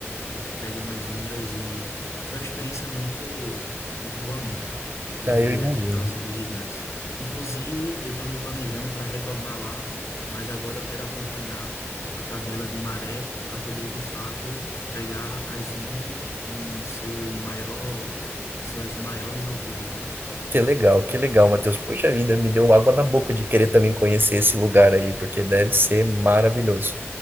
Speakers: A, on the left; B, on the right.
A: eh, pegando as ondas e foi uma experiência muito, muito boa mesmo, de
B: Ah, eu
A: ver
B: imagino.
A: aquelas ondas gigantes. Inclusive, eu estou me planejando para retornar lá, mas agora eu quero acompanhar a tabela de maré para poder, de fato, pegar as ondas em seu maior, suas maiores alturas, né?
B: Que legal, que legal, Matheus. Poxa vida, me deu água na boca de querer também conhecer esse lugar aí, porque deve ser maravilhoso.